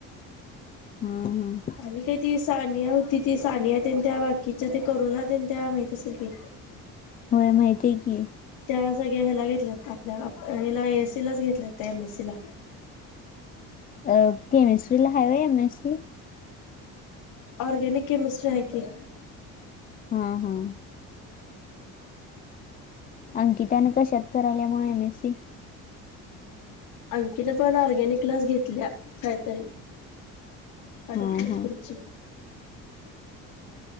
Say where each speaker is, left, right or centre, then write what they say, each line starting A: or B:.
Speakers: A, on the left; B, on the left.
A: हा हा
B: आणि काय ती सानिया हो तिथ सानिया त्यां त्या बाकीच्या ते करुणा त्यां त्या माहित असेल की.
A: होय माहितीय की.
B: त्या सगळ्या ह्यायला घेतल्यात ता हिला ए. एस. सी. लाच घेतले त्या एम. एस. सी. ला.
A: अं केमिस्ट्रीला हाय वय M. S. C.?
B: Organic chemistry आहेै की.
A: हा हा. अंकितानं कशात करायल्या मग एम. एस. सी.?
B: अंकिन पण ऑर्गॅनिकलाच घेतल्या काहीतरी. अडकला
A: हा हा
B: खुडची